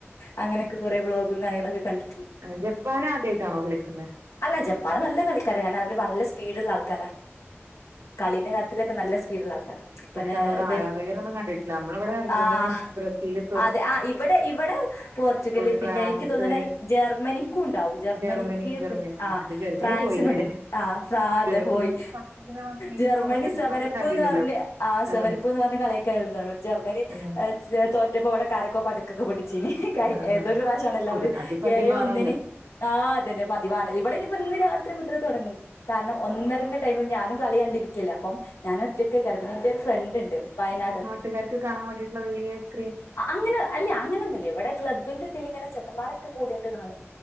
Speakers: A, on the left (about 85°); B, on the right (about 75°).
A: അങ്ങനെയൊക്കെ കൊറെ വ്ലോഗും കാര്യങ്ങളൊക്കെ കണ്ടു
B: ആഹ് ജപ്പാനേ ആദ്യയിട്ടാണോ കളിക്കുന്നെ?
A: അല്ല ജപ്പാന് നല്ല കളിക്കാര കാരണം അവര് നല്ല സ്പീഡ്ള്ള ആൾക്കാരാ കളിന്റെ കാര്യ തിലൊക്കെ നല്ല സ്പീഡുള്ള ആൾക്കാരാ
B: പക്ഷെ
A: പിന്നെ
B: നമ്മളെവിടെ
A: ഇവർ
B: ആരാധകരൊന്നും കണ്ടിട്ടില്ല നമ്മളെ ഇവിടെ അർജന്റീന
A: ആഹ്
B: ബ്രസീല്
A: അതെ ആ ഇവിടെ ഇവിടെ പോർച്ചുഗല്
B: ഫ്രാൻസ്
A: പിന്നെ എനിക്ക് തോന്നണ ജർമ്മനി ഉണ്ടാവും ജർമ്മനിക്ക്
B: ജർമ്മനി ജർമ്മനി
A: പിന്നെ
B: ആ
A: ആഹ്
B: പക്ഷെ ജർമ്മനി
A: ഫ്രാൻസിനുണ്ട്
B: പോയില്ലേ
A: ആഹ് ഫ്രാത
B: ജർമ്മനി
A: പോയി
B: ഫസ്റ്റിങ്ങനെ വന്ന് ഏഴ്
A: ജർമ്മനി
B: ഗോളൊക്കെ അടിച്ച്
A: സെവെനപ്പ്ന്ന്
B: പറഞ്ഞിട്ട് കാര്യമില്ലല്ലോ
A: പറഞ്ഞ ആഹ്
B: ആ
A: സെവനപ്പ്ന്ന് പറ്ഞ്ഞ് കളിയാക്കാർന്നു ജർമ്മനി
B: ആ
A: എഹ് തോറ്റപ്പോ ഇവടൊകാരൊക്കോ പട് ടക്കൊക്കെ പൊട്ടിച്ചിനി.
B: ആ
A: ഏതൊരു പ്രാശ്യാണല്ലോ,
B: അത്
A: അവര്
B: അത് പതിവാണല്ലോ
A: ഏയെ ഒന്നിന് ആഹ് അതന്നെ പതിവാണ് ഇവടെഞ്ഞ്പ്പൊ ഇന്ന് രാത്രി മുതലെ തൊടങ്ങും കാരണം ഒന്നരന്റെ ടൈമില് ഞാനും കളി കണ്ടിരിക്കല്ലേ അപ്പം ഞാനൊറ്റക്കെക്കാരം പിന്നെ ന്റൊരു ഫ്രണ്ട് ഇണ്ട് ബയനാട്
B: ട്ടുകാർക്ക് കാണാൻ വേണ്ടിയിട്ട്ള്ള <unintelligible>
A: അങ്ങനെ അല്ല അങ്ങനൊന്നൂല്ല ഇവിടെ ക്ലബ്ബിന്റെ ഇതിലിങ്ങനെ ചെക്കന്മാരൊക്കെ കൂടിയിട്ട് കാണും